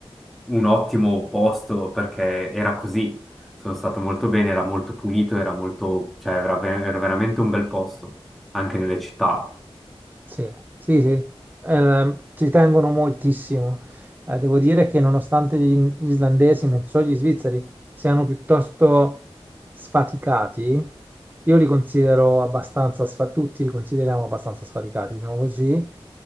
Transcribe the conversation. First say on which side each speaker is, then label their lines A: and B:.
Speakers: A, in the centre; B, on the right.
A: un ottimo posto perché era così. Sono stato molto bene, era molto pulito, era molto, cioè era, ve- era veramente un bel posto, anche nelle città.
B: Sì, sì, sì, Eh, ci tengono moltissimo. Eh, devo dire che nonostante gli in- islandesi, non so, gli svizzeri siano piuttosto sfaticati, io li considero abbastanza sfaticati, tutti li consideriamo abbastanza sfaticati, diciamo così.